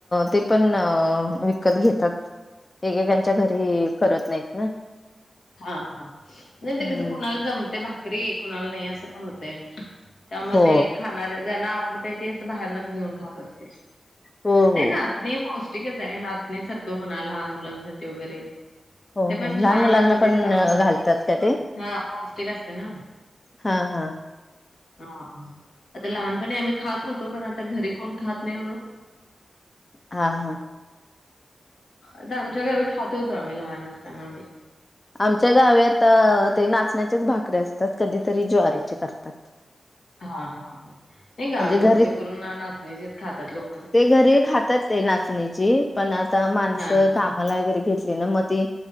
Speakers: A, on the left (about 25°); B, on the left (about 80°).
A: ते पण विकत घेतात. एकेकांच्या घरी करत नाहीत ना.
B: हा हा नाही ते
A: हम्म
B: तिथं कोणाला जमतंय बा घरी कुणाला नाही असं पण होतय. त्यामुळे
A: हो
B: ते खाणाऱ्या ज्यांना आवडते ती. बाहेरूनच घेऊन खात असतील.
A: हो
B: ती
A: हो
B: नाचणे पौष्टिक ती कसाय नाचणी सत्व म्हणा लहान मुलांसाठी वगैरे
A: हो
B: ते पण
A: हो लहान
B: छान
A: मुलांना
B: म्हणजे
A: पण
B: चांगलं
A: घालतात का ते
B: हां, पौष्टिक असतय ना
A: हा हा
B: हा आता लहानपणी आम्ही खात होतो पण आता घरी कोण खात नाही म्हणून
A: हा हा
B: आता आमच्या गावी खातो होतो आम्ही लहान असताना आम्ही
A: आमच्या गावी आता ते नाचण्याचेच भाकरीे असतात कधीतरी ज्वारीची करतात.
B: हा हा हा गावी
A: म्हणजे घरी
B: बहुतेक करून नाचण्याचेच खातात लोक
A: ते घरी खातात ते नाचणीची पण आता माणसं
B: हां, हां.
A: कामाला घेतली ना म ते